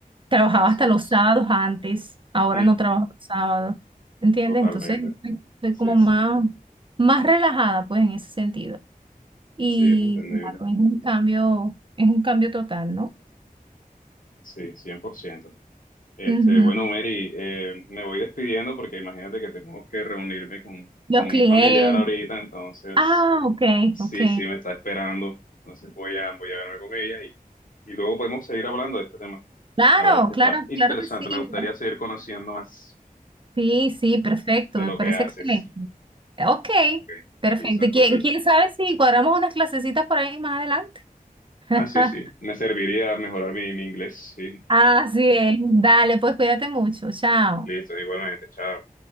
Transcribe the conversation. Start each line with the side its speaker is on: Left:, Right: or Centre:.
Right: Trabajaba
Left: Así
Right: hasta
Left: es.
Right: los sábados antes, ahora
Left: Mm,
Right: no trabajo los sábados, ¿entiendes?
Left: totalmente.
Right: Entonces, estoy estoy
Left: Sí,
Right: como más,
Left: sí.
Right: más relajada, pues, en ese sentido. Y
Left: Sí, es entendible.
Right: claro, es un cambio, es un cambio total, ¿no?
Left: Sí, 100%. Este,
Right: Ujú.
Left: bueno, Mary, eh, me voy despidiendo porque imagínate que tengo que reunirme con,
Right: Los
Left: con
Right: clientes
Left: un familiar ahorita, entonces
Right: Ah, ok,
Left: sí,
Right: ok.
Left: sí, me está esperando. Entonces voy a, voy a verme con ella y, y luego podemos seguir hablando de este tema.
Right: Claro,
Left: La verdad es que
Right: claro,
Left: está interesante.
Right: claro que sí.
Left: Me gustaría
Right: me pare-
Left: seguir conociendo más
Right: Sí, sí, perfecto,
Left: de
Right: me
Left: lo
Right: parece
Left: que haces.
Right: excelente. Ok,
Left: Ok,
Right: perfecto.
Left: listo, entonces.
Right: ¿Y ¿Quién, quién sabe si cuadramos unas clasecitas por ahí más adelante? <laughs>
Left: Ah, sí, sí. Me serviría mejorar mi, mi inglés, sí.
Right: Así es. Dale, pues cuídate mucho. Chao.
Left: Listo, igualmente, chao.